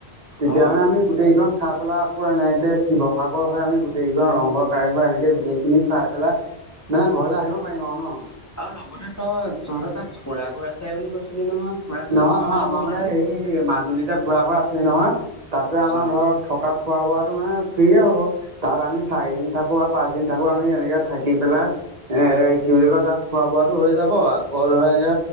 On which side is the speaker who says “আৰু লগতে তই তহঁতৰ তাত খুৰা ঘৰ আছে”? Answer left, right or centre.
Left